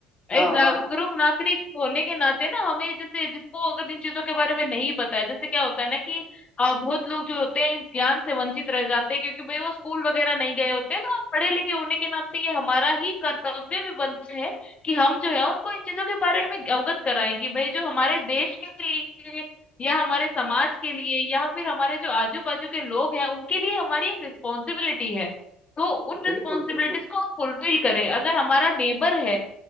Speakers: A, in the centre; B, on the left (about 35°).
A: हाँ
B: एक जागरूक
A: हाँ
B: नागरिक होने के नाते ना हमें जैसे जिसको अगर इन चीजों के बारे में नहीं पता है जैसे क्या होता है ना कि अ, बहुत लोग जो होते हैं इस ज्ञान से वंचित रह जाते हैं क्योंकि भाई वो स्कूल वगैरह नहीं गए होते हैं तो आप पढ़े लिखे होने के नाते ये हमारा ही कर्तव्य भी बनता है कि हम जो है उनको इन चीजों के बारे में अवगत कराएं कि भाई जो हमारे देश के लिए या हमारे समाज के लिए या फिर हमारे जो आजू बाजू के लोग हैं उनके लिए हमारी एक रिस्पॉन्सिबिलिटी है तो उन रिस्पॉन्सिबिलिटीज
A: बिल्कुल बिल्कुल
B: को हम फुलफिल करें अगर हमारा नेबर है